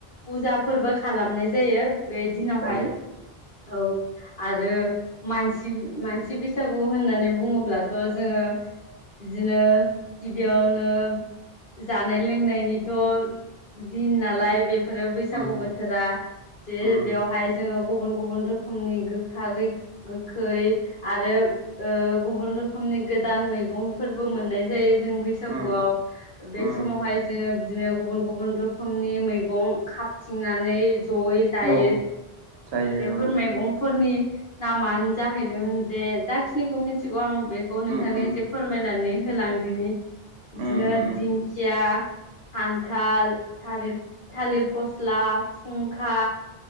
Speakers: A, on the left; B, on the right.
A: फुजा फोरबो खालामनाय जायो बे दिनावहाय
B: जायो
A: औ आरो मानसि मानसि बैसागु होननानै बुङोब्लाथ' जोङो बिदिनो गिबियावनो जानाय लोंनायनिथ' दिन नालाय बे फोरो बैसागु
B: उम
A: बोथोरा जे
B: उम
A: बेवहाय जोङो गुबुन गुबुन रोखोमनि गोखा गोखै आरो गुबुन रोखोमनि गोदान मैगंफोरबो मोननाय जायो जों बैसागुआव
B: उम
A: बे
B: उम
A: समावहाय जोङो बिदिनो गुबुन गुबुन रोखोमनि मैगं खाबथिंनानै जयै जायो
B: औ जायो
A: बेफोर
B: औ
A: मैगंफोरनि नामानो जाहैदोंमोन जे जाखिनिखौ मिथिगौ आं बेखौ नोंथांनो
B: उम उम
A: एसे फोरमायनानै होलांदिनि बिदिनो
B: उम उम
A: दिंखिया खान्थाल थालिर थालिर फस्ला फुंखा